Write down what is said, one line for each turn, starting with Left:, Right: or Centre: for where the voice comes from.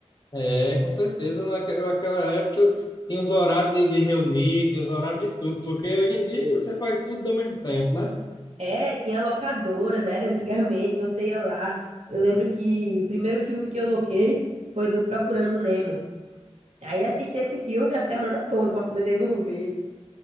Left: É, com certeza, naquela, naquela época tinha os horários de, de reunir, tinha os horários de tudo, porque hoje em dia você faz tudo ao mesmo tempo, né?
Right: É, tinha locadora, né? Era Antigamente você ia lá. Eu lembro que o primeiro filme que eu loquei foi do Procurando Nemo. Aí assisti esse filme a semana toda para poder devolver.